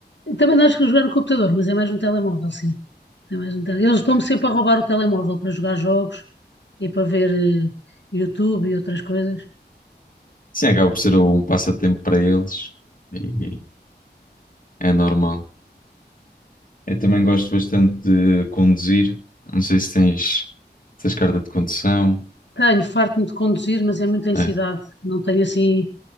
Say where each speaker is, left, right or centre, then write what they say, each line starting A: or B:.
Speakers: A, on the left; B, on the left.
A: Também acho que jogar no computador, mas é mais no telemóvel, sim. É mais no tele- Eles estão-me sempre a roubar o telemóvel para jogar jogos e para ver eh, YouTube e outras coisas.
B: Sim, acaba por ser um passatempo para eles e é normal. Eu também gosto bastante de conduzir. Não sei se tens, se tens carta de condução.
A: Tenho, farto-me de conduzir, mas é muito em
B: É.
A: cidade. Não tenho assim